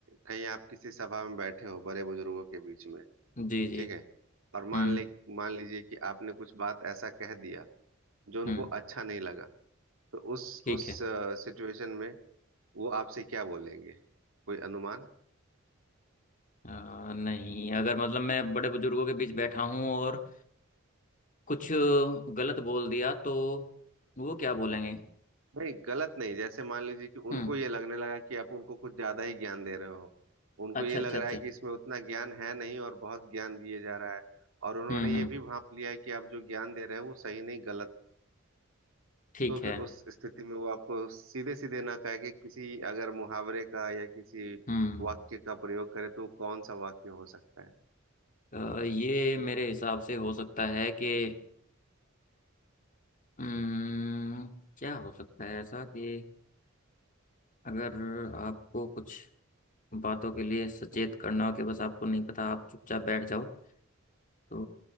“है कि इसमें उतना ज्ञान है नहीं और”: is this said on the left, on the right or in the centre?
Right